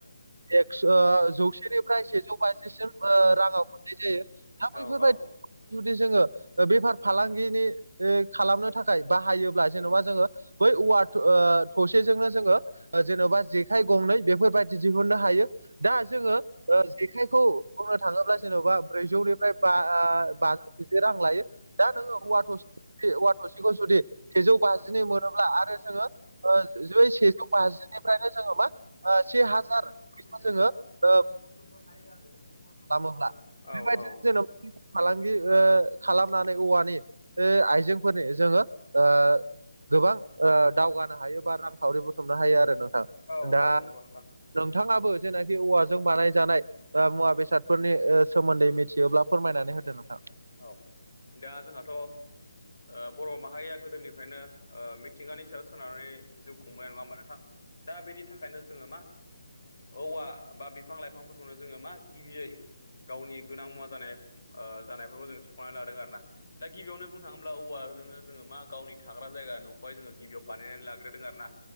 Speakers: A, on the right; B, on the left.
A: एक ओ जौसेनिफ्राय सेजौ बाजिसिम ओ राङाव मोननाय जायो दा बैफोरबायदि
B: औ औ
A: जुदि जोङो बेफार फालांगिनि ओ खालामनो थाखाय बाहायोब्ला जेन'बा जोङो बै औवा थ ओ थसेजोंनो जोङो जेन'बा जे जेखाइ गंनै बेफोरबायदि दिहुननो हायो दा जोङो ओ जेखाइखौ बुंनो थाङोब्ला जेन'बा ब्रैजौनिफ्राय बा ओ बाजौ बिदि रां लायो
B: <unintelligible>
A: दा नोङो औवा थसे औवा थसेखौ जुदि सेजौ बाजिनि मोनोब्ला आरो जोङो ओ <unintelligible> सेजौ बाजिनिफ्रायनो जोङो मा
B: <unintelligible>
A: ओ से हाजार फैसा जोङो ओ होमबा
B: औ
A: बेबायदिनो
B: औ
A: <unintelligible> फालांगि ओ खालामनानै औवानि ओ आइजेंफोरनि जोङो ओ गोबां ओ दावगानो हायो बा रांखावरि थुमनो हायो आरो नोंथां
B: औ
A: दा
B: औ नंगौ नोंथां
A: नोंथाङाबो जेनाखि औवाजों बानायजानाय ओ मुवा बेसाद फोरनि सोमोन्दै मिथियोब्ला फोरमायनानै होदो नोंथां
B: औ दा जोंहाथ' ओ बर' माहारिया गोदोनिफ्रायनो मिथिंगानि सायाव सोनारनानै जिउ खुंबाय नङा होमबा नोंथां दा बेनि थाखायनो जोङो मा औवा बा बिफां लाइफांफोरखौनो जोङो मा गिबियै गावनि गोनां मुवा जानाय ओ जानायफोरखौ जों सुफुंनानै लादों आरो ना दा गिबियावनो बुंनो थाङोब्ला औवाजोङो जोङो मा गावनि थाग्रा जायगा नखौहाय जोङो गिबियाव बानायनानै लाग्रोदों आरोना